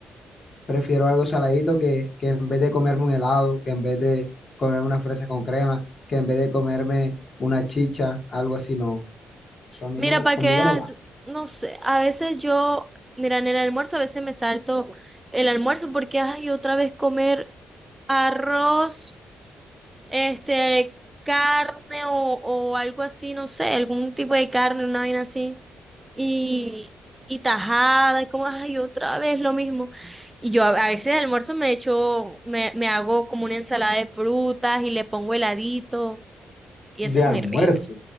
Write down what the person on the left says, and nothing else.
prefiero algo saladito que, que en vez de comerme un helado, que en vez de comerme una fresa con crema, que en vez de comerme una chicha, algo así, no. Eso a mí
no,
conmigo
no va.
De
almuerzo.